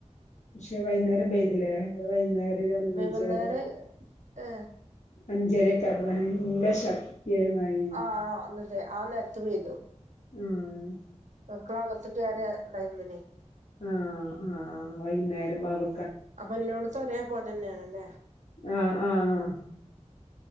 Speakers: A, on the left; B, on the right.
A: പക്ഷെ വൈകുന്നേരം പ്തിലേ? വൈകുന്നേരം ഒരു അഞ്ചര
B: വൈകുന്നേരം ഏ
A: അഞ്ചരക്കടെ ശ കേമായി
B: ആഹ് ആഹ് അന്നതെ ആനെരത്‌ വരും
A: ഉം
B: മക്കളാകത്ത് കേറ ടൈമിന്
A: ആഹ് ആഹ് ആ വൈകുന്നേരം ബങ്ക്
B: അപ്പൊ ഇല്ലോടത്ത ഒരേ പോലെ തന്നെയാണ്ല്ലേ?
A: ആഹ് ആഹ്